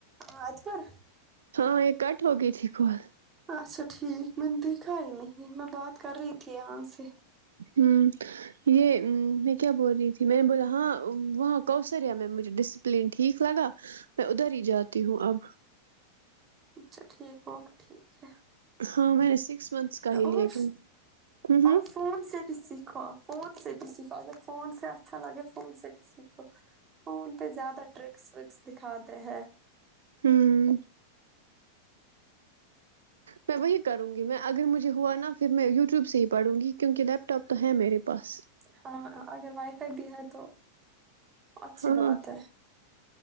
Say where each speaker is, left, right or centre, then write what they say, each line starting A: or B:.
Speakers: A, on the right; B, on the right.
A: ہاں اج پر
B: ہاں یہ کٹ ہو گئی تھی کول
A: اچھا ٹھیک میں نے دیکھا ہی نہیں میں بات کر رہی تھی یہاں سے
B: ہ یہ میں کیا بول رہی تھی میں نے بولا ہاں وہاں کوسریا میںم مجھے ڈسپلین ٹھیک لگا میں ادھر ہی جاتی ہوں اب
A: اچھا ٹھیک ہوگ ٹھیک ہے
B: ہاں میں نے سکس منتھس کا ہی
A: اور
B: لیا کیوں ہوں ہوں
A: اور فون سے بھی سیکھو فون سے بھی سیکھو اگر فون سے اچھا لگے فون سے بھی سیکھو فون پہ زیادہ ٹرکس وکس دکھاتے ہیں
B: ہوں <unintelligible> میں وہی کروں گی میں اگر مجھے ہوا نا پھر میں یوٹیوب سے ہی پڑھوں گی کیونکہ لیپ ٹاپ تو ہے میرے پاس
A: ہاں اگر وائی <unintelligible> ا بھی ہے تو <unintelligible>
B: ہاں
A: بات ہے